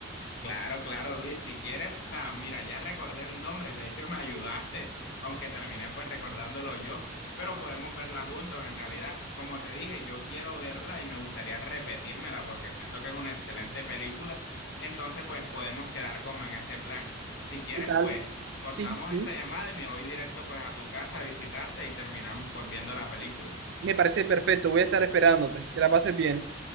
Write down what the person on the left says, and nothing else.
Claro, claro, Luis, si quieres, o sea, mira, ya recordé el nombre, de hecho me ayudaste, aunque terminé pues recordándolo yo, pero podemos verla juntos en realidad. Como te dije, yo quiero verla y me gustaría repetírmela porque siento que es una excelente película, entonces pues podemos quedar como en ese plan. Si quieres,
pues cortamos
esta llamada y me voy directo pues a tu casa a visitarte y terminamos pues viendo la película.